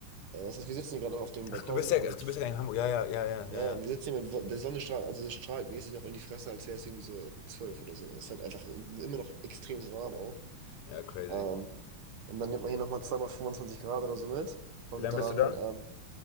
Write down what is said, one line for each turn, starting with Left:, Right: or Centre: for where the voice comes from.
Right: Ja, was heißt, wir sitzen hier gerade noch auf dem Balkon
Left: Ach, du bist ja,
Right: mit,
Left: ach, du bist ja in Hamburg. Ja, ja, ja, ja,
Right: ja,
Left: ja, ja.
Right: wir sitzen hier mit, Wo- der Sonne strahlt, also es strahlt mäßig noch in die Fresse, als wäre es irgendwie so zwölf oder so. Es ist halt einfach immer noch extrem so warm auch.
Left: Ja, crazy.
Right: Ähm, und dann nimmt man hier nochmal zweimal 25 Grad oder so mit. Und
Left: Wie lange
Right: dann,
Left: bist du da?
Right: ähm,